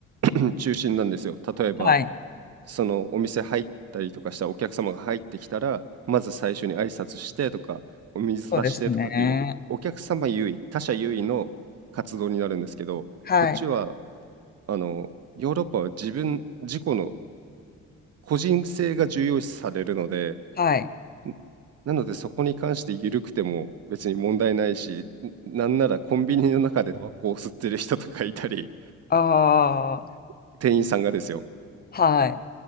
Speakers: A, on the right; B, on the left.
A: うん中心なんですよ。例えば
B: はい。
A: そのお店入ったりとかしたらお客様が入ってきたらまず最初に挨拶してとかお水出してとかっていうお客様優位他者優位の活動になるんですけどこっちは
B: そうですね。はい。
A: あのヨーロッパは自分自己の個人性が重要視されるので
B: はい。
A: んなのでそこに関して緩くても別に問題ないし、んなんならコンビニの中でタバコを吸ってる人とかいたり、
B: ああ、
A: <laughs> 店員さんがですよ。
B: はい。